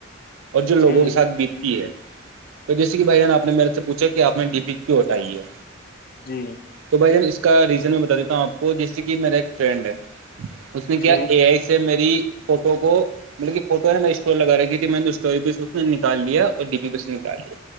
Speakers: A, on the right; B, on the left.
A: اور جو لوگوں
B: ٹھیک
A: کے ساتھ بیتتی ہے تو جیے کہ بھائیان آ نے میرے سے پوچھا کہ آپ نے ڈی پی کیوں ہٹائی ہے
B: جی ج
A: تو بھائی جان اس کا ریزن میں بتا دیتا ہوں آپ کو جیسے کہ میرا ایک فرینڈ ہے اس نے کیا
B: ٹھیک
A: اے آئی سے میری فوٹو کو مطلب کہ فوٹو ہے نے م اسٹور لگا رہی تھی میں نے اس بھی اس نکالیا اور ڈی بیی بھی اس نکال لیا